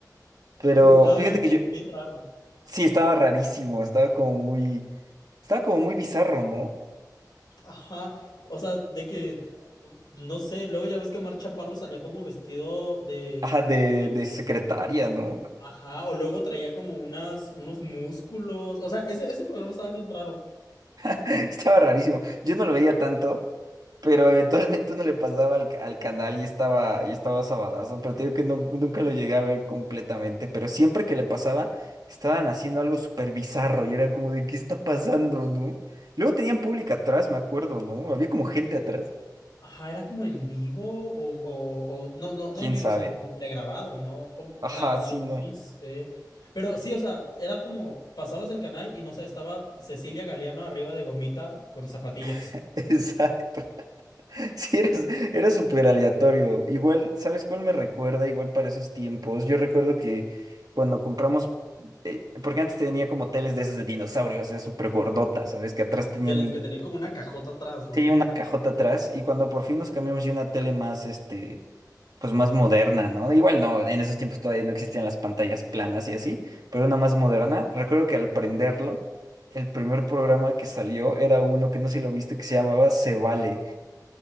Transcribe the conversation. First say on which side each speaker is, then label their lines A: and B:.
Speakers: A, on the right (about 60°); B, on the left (about 80°).
A: Pero
B: Estaba
A: fíjate
B: bien,
A: que yo
B: bien raro.
A: Sí, estaba rarísimo, estaba como muy, estaba como muy bizarro, ¿no?
B: Ajá, o sea, de que, no sé, luego ya ves que Omar Chaparro salía como vestido de,
A: Ajá, de,
B: de-
A: de secretaria, ¿no?
B: ajá, o luego traía como unas, unos músculos. O sea, ese, ese programa estaba bien raro.
A: <laughs> Estaba rarísimo. Yo no lo veía tanto, pero eventualmente uno le pasaba al, al canal y estaba, y estaba sabadazo, pero te digo que no- nunca lo llegué a ver completamente, pero siempre que le pasaba, estaban haciendo algo súper bizarro y era como de, ¿qué está pasando, no? Luego tenían público atrás, me acuerdo, ¿no? Había como gente atrás.
B: Ajá, era como en vivo o, o, o- no, no, no
A: ¿Quién
B: en vivo,
A: sabe?
B: sino como pregrabado, ¿no? O-
A: Ajá,
B: la, la
A: sí,
B: verdad,
A: no.
B: ni sé. Pero sí, o sea, era como pasabas el canal y no sé, estaba Cecilia Galeano arriba de gomita con zapatillas.
A: <laughs> Exacto. <laughs> Sí, eres, era súper aleatorio. Igual, ¿sabes cuál me recuerda? Igual para esos tiempos. Yo recuerdo que cuando compramos, eh, porque antes tenía como teles de esas de dinosaurios, o sea, súper gordotas, ¿sabes? Que atrás
B: <laughs>
A: tenían
B: De las
A: un,
B: que tenían como una cajota atrás, ¿no?
A: sí, una cajota atrás. Y cuando por fin nos cambiamos ya una tele más, este, pues más moderna, ¿no? Igual no, en esos tiempos todavía no existían las pantallas planas y así, pero una más moderna. Recuerdo que al prenderlo, el primer programa que salió era uno que no sé si lo viste, que se llamaba Se Vale